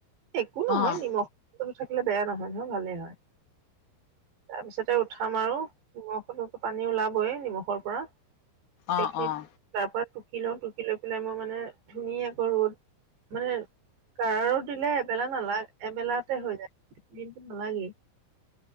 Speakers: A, on the right (about 80°); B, on the left (about 70°).
A: একো নহয়
B: অ'
A: নিমখ থাকিলে বেয়া নহয় নহয় ভালেই হয়। তাৰপিছতে উঠাম আৰু নিমখত পানী ওলাবয়ে নিমখৰ পৰা। সেইখিনিত
B: অ' অ' অ'
A: তাৰ পৰা টুকি লওঁ টুকি লৈ পেলাই মই মানে ধুনীয়াকৈ ৰ'দ মানে। কাৰো দিলে এবেলা নালাগে এবেলাতে হৈ যায় দিন নালাগেই